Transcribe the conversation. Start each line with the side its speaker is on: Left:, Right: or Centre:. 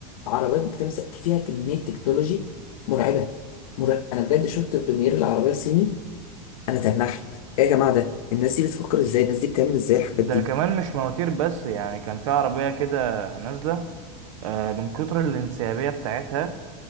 Left: عربيات بتعمل ص- فيها كميه تكنولوجي مرعبه مرعب. انا بجد شفت بريمير العربيه الصيني انا تنحت ايه يا جماعه ده الناس دي بتفكر ازاي الناس دي بتعمل ازاي الحاجات
Right: ده
Left: دي
Right: كمان مش مواتير بس يعني كان في عربية كده نازلة آه من كتر الانسيابية بتاعتها